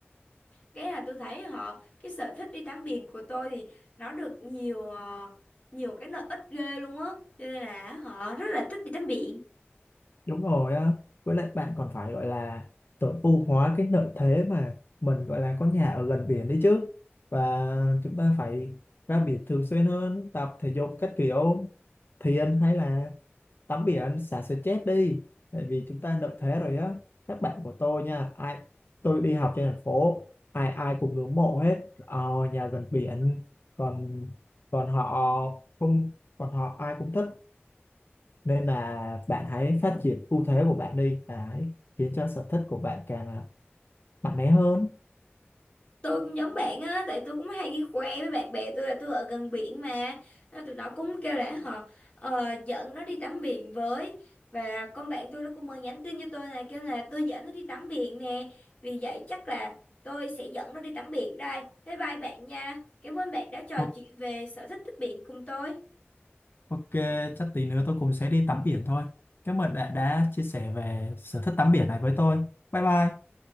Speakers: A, on the left; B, on the left.
A: Cái là tôi thấy họ cái sở thích đi tắm biển của tôi thì nó được nhiều ờ, nhiều cái lợi ích ghê luôn á. Cho nên là họ rất là thích đi tắm biển.
B: đúng rồi á với lại bạn còn phải gọi là tối ưu hóa cái lợi thế mà mình gọi là có nhà ở gần biển đi chứ và chúng ta phải ra biển thường xuyên hơn tập thể dục các kiểu thì anh thấy là tắm biển anh xả stress đi tại vì chúng ta lợi thế rồi á các bạn của tôi nha ai tôi đi học trên thành phố ai ai cũng ngưỡng mộ hết ờ, nhà gần biển còn còn họ không còn họ ai cũng thích nên là bạn hãy phát triển ưu thế của bạn đi và hãy khiến cho sở thích của bạn càng là mạnh mẽ hơn
A: tôi cũng giống bạn á tại tôi cũng hay đi khoe với bạn bè tôi là tôi ở gần biển mà Nên tụi nó cũng kêu là họ ờ, dẫn nó đi tắm biển với và con bạn tôi nó cũng mới nhắn tin cho tôi là kêu là tôi dẫn nó đi tắm biển nè vì vậy chắc là tôi sẽ dẫn nó đi tắm biển đây bye bye bạn nha cảm ơn bạn đã trò
B: O-
A: chuyện về sở thích thích biển cùng tôi
B: Ok, chắc tí nữa tôi cũng sẽ đi tắm biển thôi. Cảm ơn đã đã chia sẻ về sở thích tắm biển này với tôi. Bye bye.